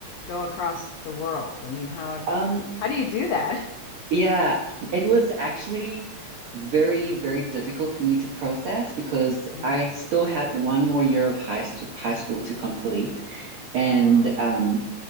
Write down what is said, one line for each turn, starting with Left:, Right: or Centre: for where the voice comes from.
Left: go across the world? I mean, how
Right: Um,
Left: how do you do that? <laughs>
Right: yeah, it was actually very, very difficult for me to process because
Left: Mhm.
Right: I still had one more year of high st high school to complete, and
Left: Oh,
Right: um,